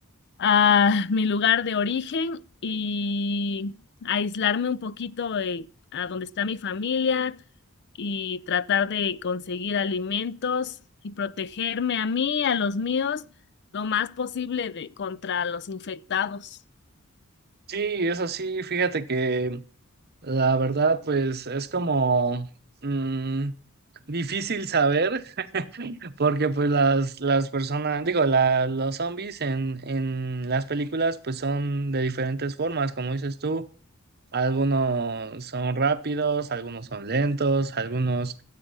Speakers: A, on the left; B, on the right.
A: a mi lugar de origen y aislarme un poquito de- a donde está mi familia y tratar de conseguir alimentos y protegerme a mí, a los míos, lo más posible de, contra los infectados.
B: Sí, eso sí, fíjate que la verdad, pues, es como... mm, Difícil saber Porque pues las, las personas, digo, la- los zombies en, en las películas pues son de diferentes formas, como dices tú, algunos son rápidos, algunos son lentos, algunos,